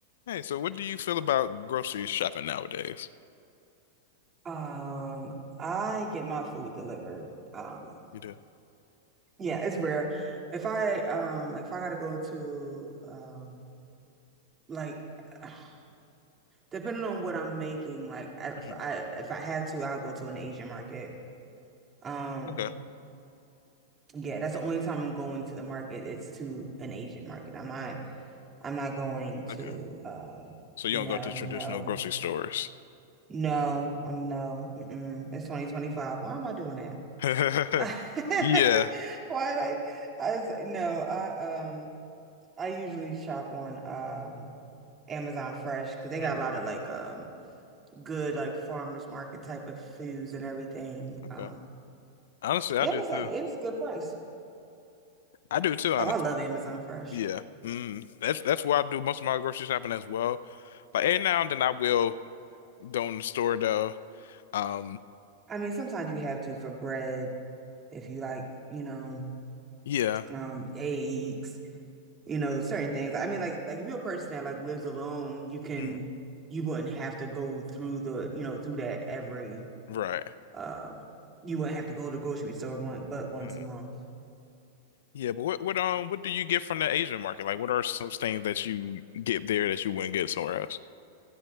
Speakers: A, on the left; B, on the right.
A: Hey, so what do you feel about grocery shopping nowadays?
B: Um, I get my food delivered. Um,
A: You do?
B: yeah, it's rare. If I um like if I gotta go to um like <sighs> depending on what I'm making, like I- if
A: Mm.
B: I if I have to, I'll go to an Asian market. Um,
A: Okay,
B: yeah, that's the only time I'm going to the market. It's to an Asian market. I'm not I'm not going
A: okay.
B: to uh
A: So you
B: no,
A: don't go to traditional
B: no,
A: grocery stores.
B: no, I'm no. Mm-mm. It's 2025. Why am I doing that?
A: <laughs>
B: I,
A: Yeah.
B: <laughs> Why, like, I was like, no, I um, I usually shop on um Amazon Fresh because they
A: Mhm.
B: got a lot of like um good like farmers market type of foods and everything.
A: Okay.
B: Um,
A: Honestly, I
B: yeah,
A: do
B: it's
A: too.
B: like it's a good price.
A: I do too, honestly.
B: Oh, I love Amazon Fresh.
A: Yeah. Mm. That's that's where I do most of my grocery shopping as well. Like every now and then I will go in the store though. Um,
B: I mean, sometimes you have to for bread if you like, you know,
A: yeah.
B: um, eggs, you know, certain things. I mean, like, like if you're a person that like lives alone, you can,
A: Mm.
B: you wouldn't have to go through the, you know, through that every
A: Right.
B: um, you wouldn't have to go to the grocery store one but once
A: Mm.
B: a month.
A: Yeah, but what what um what do you get from the Asian market? Like what are some things that you get there that you wouldn't get somewhere else?